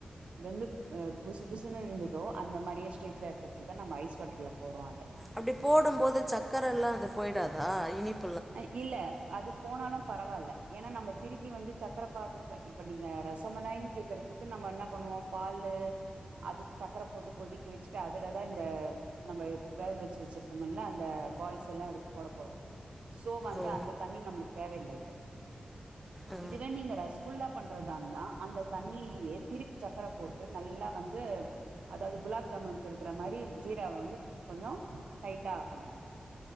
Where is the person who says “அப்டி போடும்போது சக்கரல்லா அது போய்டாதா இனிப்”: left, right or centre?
Centre